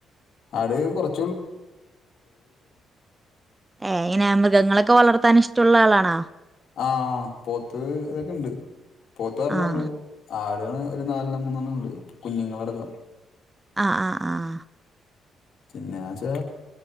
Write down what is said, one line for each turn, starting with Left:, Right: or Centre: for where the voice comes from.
Left: ആട് കുറച്ച്
Right: ഏഹ് ഇന്നെ മൃഗങ്ങളൊക്കെ വളർ വളർത്താൻ ഇഷ്ടമുള്ള ആളാണാ
Left: ആഹ് പോത്ത് ഇതൊക്കെ ഇണ്ട് പോത്ത് ഒരാണെ
Right: ആഹ്
Left: ഉള്ളു ആ ട് ഒരു നാലെണ്ണം മൂന്നെണ്ണം ഉള്ളു കുഞ്ഞുങ്ങളടക്കം
Right: ആഹ് ആഹ് ആഹ്
Left: പിന്നെയാച്ചാ